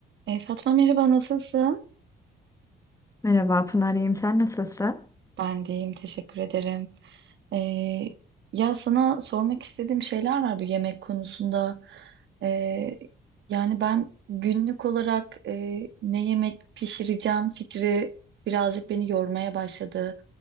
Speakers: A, on the right; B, on the left.
A: E, Fatma merhaba nasılsın?
B: Merhaba Pınar, iyiyim. Sen nasılsın?
A: Ben de iyiyim teşekkür ederim. E, ya sana sormak istediğim şeyler var bu yemek konusunda. E, yani ben günlük olarak e, ne yemek pişireceğim fikri birazcık beni yormaya başladı.